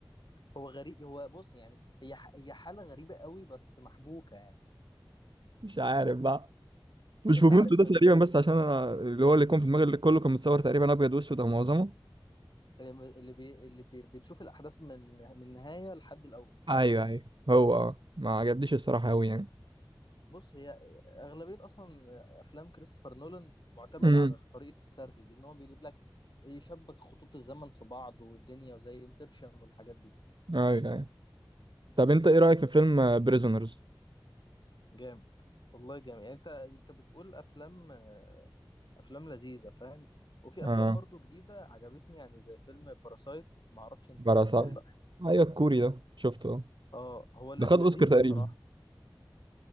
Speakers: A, on the left; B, on the right.
A: هو غريب هو بص يعني هي ح- هي حاله غريبه قوي بس محبوكه يعني
B: مش عارف بقى مش
A: انت
B: مومنتو
A: عارف
B: ده تقريبا بس عشان أنا اللي هو اللي يكون في دماغي اللي كله كان متصور تقريبا أبيض وأسود أو معظمه
A: اللي بي... اللي بي... بتشوف الاحداث من من النهايه لحد الاول بالعكس
B: أيوه أيوه هو آه. ما عجبنيش الصراحة أوي يعني
A: بص هي اغلبيه اصلا افلام كريستوفر نولان معتمده
B: امم
A: على طريقه السرد دي ان هو بيجيب لك يشبك خطوط الزمن في بعض والدنيا وزي انسبشن والحاجات دي
B: أيوه أيوه طب أنت إيه رأيك في فيلم بريزونرز؟
A: جامد والله جامد يعني انت انت بتقول افلام آه، افلام لذيذه فاهم وفي افلام
B: آه
A: برضو جديده عجبتني يعني زي فيلم باراسايت ما اعرفش انت
B: براسات
A: شفته ولا لا
B: أيوه الكوري ده شفته آه.
A: اه هو ل-
B: ده خد
A: لذيذ
B: أوسكار تقريبا
A: بصراحه